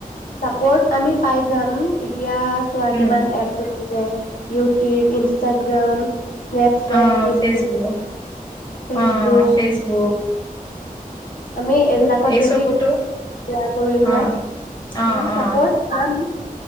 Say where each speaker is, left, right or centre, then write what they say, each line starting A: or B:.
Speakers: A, on the left; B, on the left.
A: চাপৰ্ট আমি পাই যাম ই এতিয়া চোৱা
B: উম
A: কিমান এপছ যে ইউট ইউটিউব ইনসষ্টাগ্ৰাম স্নেপচেট
B: অ
A: পিনপিণ্ট
B: ফেচবুক
A: ফেচবুক
B: অ ফেচবুক
A: আমি এইবিলাকত
B: এই
A: যদি
B: চবতো
A: ক্লয়াৰ কৰো এইবিলাকৰ্
B: অ অ
A: চাপৰ্ট
B: অ
A: পাম